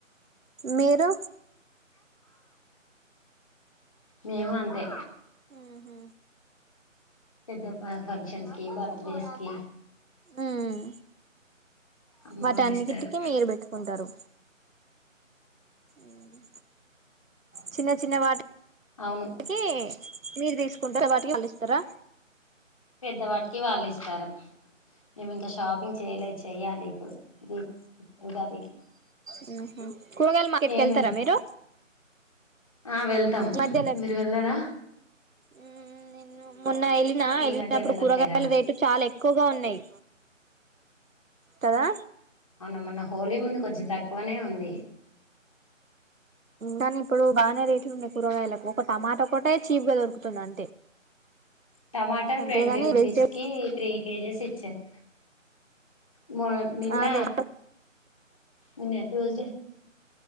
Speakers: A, on the right; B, on the left.
A: మీరు
B: మేము అంతే
A: హ్మ్ హు
B: పెద్ద ఫ ఫంక్షన్స్కి బర్త్డే స్కి
A: ఉమ్
B: అమ్మ
A: వాటన్నికి
B: వాళ్ళు ఇస్తారు
A: మీరు పెట్టుకుంటారు మ్ చిన్న చిన్న వాటికి
B: అవును
A: మీర్ తీసుకుంటార వాటికి వాల్ ఇస్తారా
B: పెద్దవాటికి వాళ్ళు ఇస్తారు మేము ఇంకా షాపింగ్ చేయలేదు. చెయాలి ఇప్పుడు ఉగాదికి
A: హ్మ్ హు కూర్గాయల మార్కెట్కి
B: ఏమి
A: వేళ్తారా మీరు
B: ఆ వెళ్తాం
A: మధ్య లోకి
B: మీరు వెళ్ళారా
A: హ్మ్ నేను హ్మ్ మొన్న వెళ్ళిన వెళ్ళినప్పుడు
B: ఈ మధ్య వెళ్ళట్లేరా
A: కూరగాయల రేటు చాలా ఎక్కువ ఎక్కువగా ఉన్నాయి కదా
B: అవునమన్న హోలీ ముందు కొంచెం తక్కువనే ఉంది
A: కానీ ఇప్పుడు బాగానే రేట్లు ఉన్నాయి కూరగాయలకు ఒక టమాటా కూడాట చీప్ గా దొరుకుతుంది అంతే
B: టమాటా
A: అంతేగాని
B: ట్వంటీ రూపీస్కి
A: వెజిటేబుల్
B: త్రీ కేజీస్ ఇచ్చారు మ నిన్న
A: అదే
B: నిన్న ట్యూస్డే